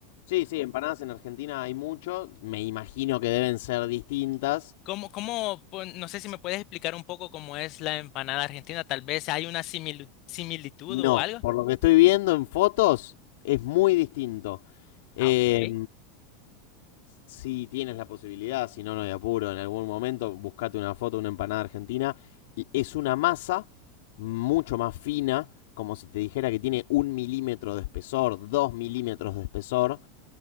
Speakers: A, on the left; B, on the left.
A: Sí, sí, empanadas en Argentina hay mucho. Me imagino que deben ser distintas.
B: ¿Cómo, cómo, pues, no sé si me puedes explicar un poco cómo es la empanada argentina? Tal vez hay una similu- similitud
A: No,
B: o algo.
A: por lo que estoy viendo en fotos, es muy distinto. Eh,
B: Ah, ok.
A: si tienes la posibilidad, si no, no hay apuro, en algún momento buscate una foto de una empanada argentina. Es una masa mucho más fina, como si te dijera que tiene un milímetro de espesor, dos milímetros de espesor,